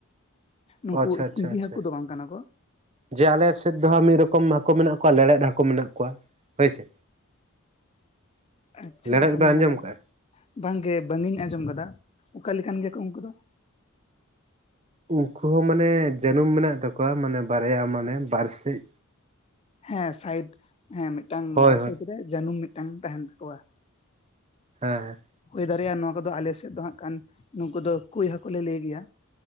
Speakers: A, on the left; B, on the right.
A: ᱱᱩᱠᱩ
B: ᱚ ᱟᱪᱪᱷᱟ ᱟᱪᱪᱷᱟ
A: ᱥᱤᱸᱜᱤ
B: ᱟᱪᱪᱷᱟ
A: ᱦᱟᱹᱠᱩ ᱫᱚ ᱵᱟᱝ ᱠᱟᱱᱟ ᱠᱚ᱾
B: ᱡᱮ ᱟᱞᱮ ᱥᱮᱫ ᱫᱚ ᱦᱟᱸᱜ ᱢᱤᱫ ᱨᱚᱠᱚᱢ ᱦᱟᱹᱠᱩ ᱢᱮᱱᱟᱜ ᱠᱚᱣᱟ ᱞᱮᱲᱮᱫ ᱦᱟᱹᱠᱩ ᱢᱮᱱᱟᱜ ᱠᱚᱣᱟ ᱦᱳᱭ ᱥᱮ᱾
A: ᱟᱪᱪᱷᱟ
B: ᱞᱮᱲᱮᱫ ᱵᱮᱱ
A: ᱢᱟᱱᱮ
B: ᱟᱸᱡᱚᱢ ᱠᱟᱜᱼᱟ
A: ᱵᱟᱝᱜᱮ ᱵᱟᱝ ᱤᱧ ᱟᱸᱡᱚᱢ ᱟᱠᱟᱫᱟ᱾ ᱚᱠᱟ ᱞᱮᱠᱟᱱ ᱜᱮᱭᱟ ᱠᱚ ᱩᱱᱠᱩ ᱫᱚ?
B: ᱩᱱᱠᱩ ᱦᱚᱸ ᱢᱟᱱᱮ ᱡᱟᱹᱱᱩᱢ ᱢᱮᱱᱟᱜ ᱛᱟᱠᱚᱣᱟ ᱢᱟᱱᱮ ᱵᱟᱨᱭᱟ ᱢᱟᱱᱮ ᱵᱟᱨᱥᱮᱫ᱾
A: ᱦᱮᱸ ᱥᱟᱭᱤᱴ ᱦᱮᱸ ᱢᱤᱫᱴᱟᱝ
B: ᱦᱳᱭ
A: ᱵᱟᱨ
B: ᱦᱳᱭ
A: ᱥᱟᱭᱤᱴ ᱨᱮ ᱡᱟᱹᱱᱩᱢ ᱢᱤᱫᱴᱟᱝ ᱛᱟᱦᱮᱸᱱ ᱛᱟᱠᱚᱣᱟ᱾
B: ᱦᱮᱸ ᱦᱮᱸ
A: ᱦᱩᱭ ᱫᱟᱲᱮᱭᱟᱜᱼᱟ, ᱱᱚᱣᱟ ᱠᱚᱫᱚ ᱟᱞᱮ ᱥᱮᱫ ᱫᱚ ᱦᱟᱸᱜ ᱠᱷᱟᱱ ᱱᱩᱠᱩ ᱫᱚ ᱠᱩᱭ ᱦᱟᱹᱠᱩ ᱞᱮ ᱞᱟᱹᱭ ᱜᱮᱭᱟ᱾